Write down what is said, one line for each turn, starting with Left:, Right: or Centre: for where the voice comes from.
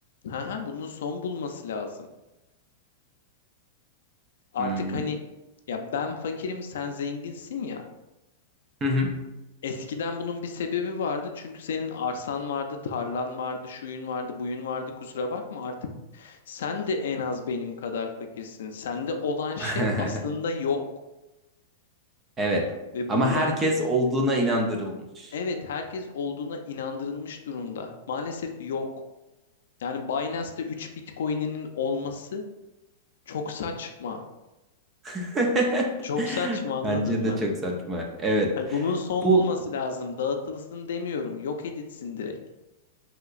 Left: Ha ha bunun son bulması lazım. Artık
Right: Hmm.
Left: hani ya ben fakirim sen zenginsin ya.
Right: Hı hı.
Left: Eskiden bunun bir sebebi vardı çünkü senin arsan vardı, tarlan vardı, şuyun vardı, buyun vardı kusura bakma artık. Sen de en az benim kadar fakirsin. Sende olan şey
Right: <laughs>
Left: aslında yok.
Right: Evet.
Left: Ve
Right: Ama
Left: bunun
Right: herkes
Left: artık
Right: olduğuna inandırılmış.
Left: evet herkes olduğuna inandırılmış durumda. Maalesef yok. Yani Binance'te 3 Bitcoin'inin olması çok saçma.
Right: <laughs>
Left: Çok saçma anladın
Right: Bence
Left: mı?
Right: de çok saçma. Evet.
Left: Hani bunun son
Right: Bu
Left: bulması lazım. Dağıtılsın demiyorum. Yok edilsin direkt.